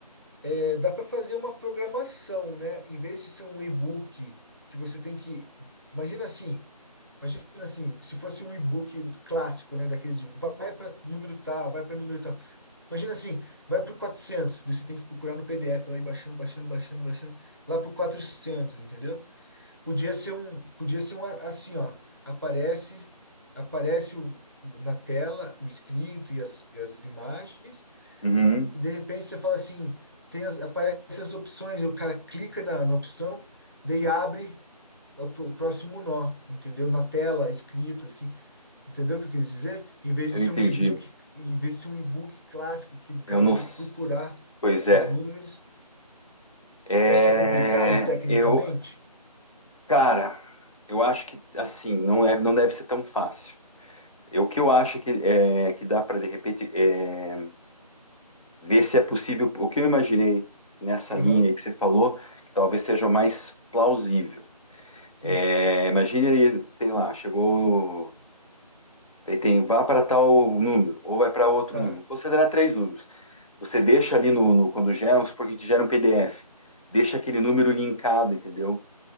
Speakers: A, on the right (about 35°); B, on the left (about 55°).
A: é, dá para fazer uma programação, né? Em vez de ser um e-book que você tem que, imagina assim, imagina assim, se fosse um e-book clássico, né? Daqueles de vai para número tal, vai para número tal. Imagina assim, vai para o quatrocentos daí você tem que procurar no PDF lá e baixando, baixando, baixando, baixando, lá para o quatrocentos entendeu? Podia ser um, podia ser um a- assim, ó, aparece, aparece o, o- na tela o escrito e as, e as imagens,
B: uhum,
A: e de repente você fala assim, tem as, aparece as opções, e o cara clica na, na opção, daí abre o, pr- o próximo nó, entendeu? Na tela, escrito, assim. Entendeu o que eu quis dizer? Em vez
B: eu
A: de ser
B: entendi.
A: um e-book, em vez de ser um e-book clássico, que o cara
B: Eu não.
A: vai ter
B: s-
A: que procurar
B: Pois é.
A: os números.
B: É,
A: Você acha que é complicado tecnicamente?
B: eu, cara, eu acho que assim não é, não deve ser tão fácil. Eu- O que eu acho que é que dá para de repente é, ver se é possível. O que eu imaginei nessa
A: Aham.
B: linha aí que você falou, que talvez seja o mais plausível.
A: Sim,
B: É, imagine aí, sei lá, chegou. Daí tem vá para tal número, ou vai para outro
A: tá.
B: número. você Considerar três números. Você deixa ali no, no- quando gera, vamos supor que te gera um PDF, deixa aquele número linkado, entendeu?